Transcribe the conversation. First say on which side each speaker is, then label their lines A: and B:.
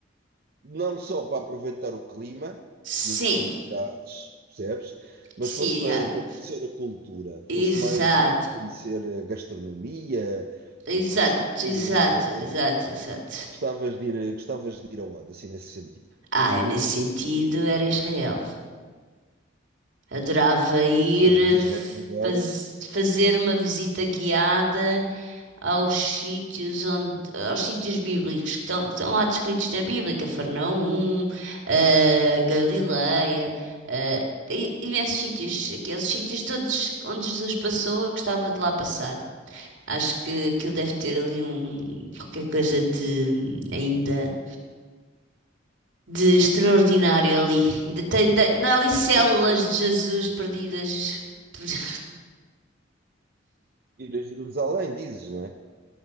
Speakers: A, on the right; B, on the right.
A: não só para aproveitar o clima
B: sim,
A: e as atividades, percebes? Mas
B: sim,
A: fosse para,
B: ah,
A: para conhecer a cultura, fosse
B: exato,
A: mais numa de conhecer a gastronomia
B: exato,
A: e costumes,
B: exato,
A: etc.
B: exato, exato.
A: Gostavas de ir, gostavas de ir aonde, assim, nesse sentido?
B: Ah, eu nesse sentido era Israel. Adorava ir
A: Pois, mas
B: eh,
A: Israel agora.
B: faz- fazer uma visita guiada aos sítios onde, aos sítios bíblicos que estão, que estão lá descritos na Bíblia, Cafarnaum, eh, Galileia, eh, i- imensos sítios, aqueles sítios todos onde Jesus passou, eu gostava de lá passar. Acho que aquilo deve ter ali um qualquer coisa de ainda de extraordinário ali. Ainda tem ainda, ainda há ali células
A: Sim, sim.
B: de Jesus perdidas por <laughs>
A: Ir a Jerusalém, dizes, não é?